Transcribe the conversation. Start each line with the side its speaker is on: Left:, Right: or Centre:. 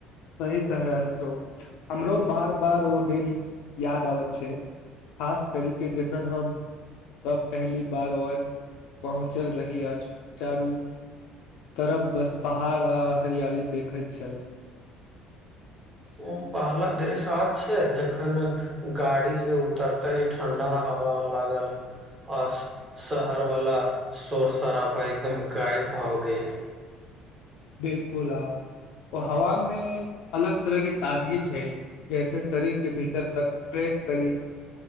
Left: सही कह रहल छौ हमरो बार बार ओ दिन याद आबै छै खास करी के जखन हम सब पहली बार आओर पहुँचल रही अ चारू तरफ बस पहाड़ आ हरियाली देखै छल
Right: ओ पहला दृश आब छै जखन गाड़ी से उतरतेै ठंडा हवा लागल आ शहर वाला शोरशराबा एकदम गायब भऽ गेल
Left: बिलकुल आ ओ हवा मेंश अलग तरह के ताजगी छै जैसे शरीर के भीतर तक फ्रेश करी